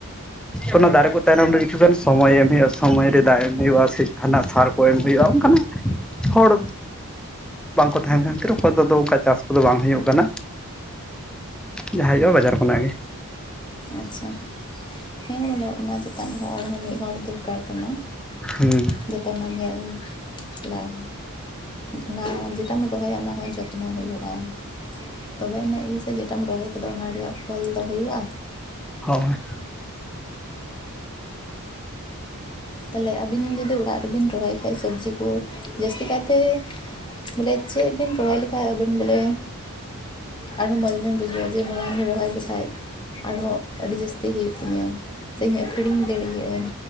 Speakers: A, in the centre; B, on the left.
A: ᱚᱱᱟ ᱫᱟᱨᱮ ᱠᱚ ᱛᱟᱭᱱᱚᱢ ᱨᱮ ᱠᱤᱪᱷᱩᱜᱟᱱ ᱥᱚᱢᱚᱭ ᱮᱢ ᱦᱩᱭᱩᱜᱼᱟ, ᱥᱚᱢᱚᱭ ᱨᱮ ᱫᱟᱜ ᱮᱢ ᱦᱩᱭᱩᱜᱼᱟ ᱥᱮ ᱦᱟᱱᱟ ᱥᱟᱨ ᱠᱚ ᱮᱢ ᱦᱩᱭᱩᱜᱼᱟ ᱚᱝᱠᱟᱱᱟᱜ ᱦᱚᱲ ᱵᱟᱝᱠᱚ ᱛᱟᱦᱮᱸᱱ ᱠᱟᱱ ᱛᱤᱨ ᱚᱠᱚᱭ ᱫᱚ ᱚᱱᱠᱟ ᱪᱟᱥ ᱠᱚᱫᱚ ᱵᱟᱝ ᱦᱩᱭᱩᱜ ᱠᱟᱱᱟ, ᱡᱟᱦᱟᱸ ᱦᱩᱭᱩᱜᱼᱟ ᱵᱟᱡᱟᱨ ᱚᱸᱰᱮ ᱠᱷᱚᱱᱟᱜ ᱜᱮ᱾
B: ᱟᱪᱪᱷᱟ ᱦᱮᱸ ᱵᱚᱞᱮ ᱚᱱᱟ ᱪᱮᱛᱟᱱ ᱨᱮ ᱦᱚᱲ ᱦᱚᱸ ᱢᱤᱫ ᱦᱚᱲ ᱫᱚᱨᱠᱟᱨ ᱠᱟᱱᱟ᱾
A: ᱦᱩᱸ
B: ᱡᱚᱛᱚ ᱚᱱᱟ ᱧᱮᱞ ᱞᱟᱭ ᱚᱱᱟ ᱡᱮ ᱴᱟᱢ ᱨᱚᱦᱚᱭᱟ ᱚᱱᱟ ᱦᱚᱸ ᱡᱚᱛᱱᱚ ᱦᱩᱭᱩᱜᱼᱟ᱾ ᱛᱚᱵᱮ ᱟᱹᱱᱮᱡ ᱜᱮᱥᱮ ᱡᱮᱴᱟᱢ ᱨᱚᱦᱚᱭ ᱠᱟᱫᱟ ᱚᱱᱟ ᱨᱮᱭᱟᱜ ᱯᱷᱚᱞ ᱫᱚ ᱦᱩᱭᱩᱜᱼᱟ᱾
A: ᱦᱳᱭ᱾
B: ᱛᱟᱦᱞᱮ ᱟᱹᱵᱤᱱ ᱡᱩᱫᱤ ᱚᱲᱟᱜ ᱨᱮᱵᱤᱱ ᱨᱚᱦᱚᱭ ᱠᱷᱟᱡ ᱥᱚᱵᱽᱡᱤ ᱠᱩ, ᱡᱟᱹᱥᱛᱤ ᱠᱟᱭᱛᱮ ᱵᱚᱞᱮ ᱪᱮᱫ ᱵᱤᱱ ᱨᱚᱦᱚᱭ ᱞᱮᱠᱷᱟᱡ ᱟᱹᱵᱤᱱ ᱵᱚᱞᱮ ᱟᱨᱦᱚ ᱢᱚᱡ ᱵᱮᱱ ᱵᱩᱡᱷᱟᱹᱣᱟ ᱡᱮ ᱱᱚᱣᱟ ᱞᱤᱧ ᱨᱚᱦᱚᱭ ᱞᱮᱠᱷᱟᱡ ᱟᱨᱦᱚᱸ ᱟᱹᱰᱤ ᱡᱟᱹᱥᱛᱤ ᱦᱩᱭᱩᱜ ᱛᱤᱧᱟ ᱥᱮᱧ ᱟᱹᱠᱷᱨᱤᱧ ᱫᱟᱲᱤᱭᱟᱜᱟᱹᱧ᱾